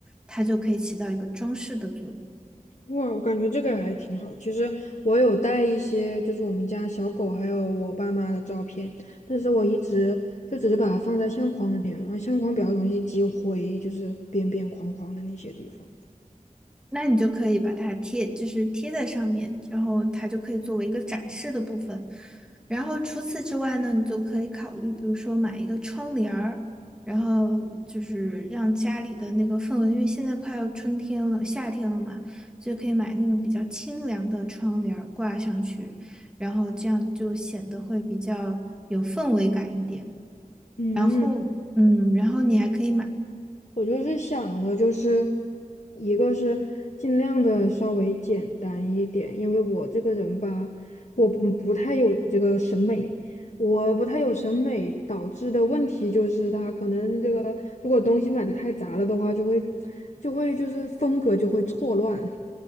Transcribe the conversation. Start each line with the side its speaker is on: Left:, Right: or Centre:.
Centre: 它就可以起到一个装饰的作用。
Left: 哇，我感觉这个还挺好。其实我有带一些，就是我们家小狗还有我爸妈的照片，但是我一直就只是把它放在相框里面，然后相框比较容易积灰，就是边边框框的那些地方。
Centre: 那你就可以把它贴，就是贴在上面，然后它就可以作为一个展示的部分。然后除此之外呢，你就可以考虑，比如说买一个窗帘儿，然后就是让家里的那个氛围，因为现在快要春天了，夏天了嘛，就可以买那种比较清凉的窗帘儿挂上去，然后这样就显得会比较有氛围感一点。
Left: 嗯，
Centre: 然后，嗯，然后你还可以买。
Left: 我就是想的，就是一个是尽量的稍微简单一点，因为我这个人吧，我不不太有这个审美，我不太有审美导致的问题就是他可能这个如果东西买的太杂了的话，就会就会就是风格就会错乱。